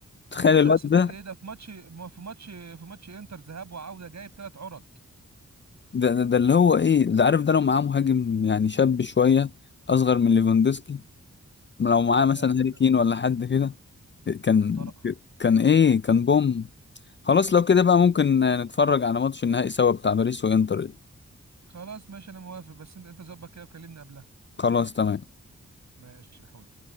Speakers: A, on the left (about 40°); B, on the right (about 70°).
A: تخيل
B: يا باشا
A: الواد
B: اسيستات
A: ده
B: ايه ده في ماتش ما في ماتش في ماتش انتر ذهاب وعوده جايب ثلاث عرض
A: ده, ده, ده اللي هو ايه ده عارف ده لو معاه مهاجم يعني شاب شويه اصغر من ليفاندوسكي لو معاه
B: لا
A: مثلا
B: ده
A: هاري
B: كان
A: كين ولا حد كده كان
B: كان طرق
A: كان ايه كان بوم خلاص لو كده بقى ممكن نتفرج على ماتش النهائي سوا بتاع باريس وانتر
B: خلاص ماشي انا موافق بس انت انت ظبط كده وكلمني قبلها
A: خلاص تمام
B: ماشي يا حود